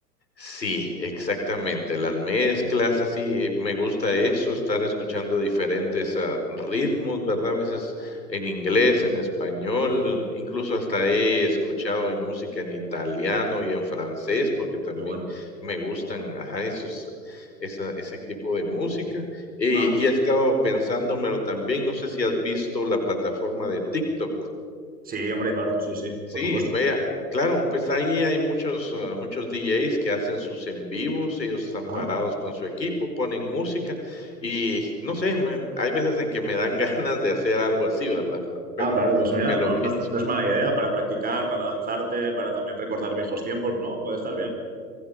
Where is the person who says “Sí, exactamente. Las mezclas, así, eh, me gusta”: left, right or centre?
Left